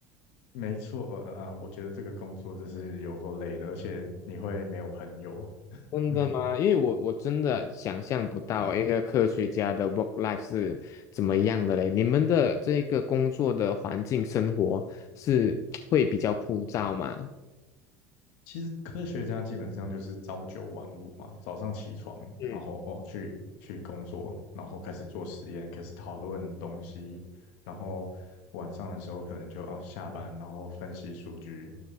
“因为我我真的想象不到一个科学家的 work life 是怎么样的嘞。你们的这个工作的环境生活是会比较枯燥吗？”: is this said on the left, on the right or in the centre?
Left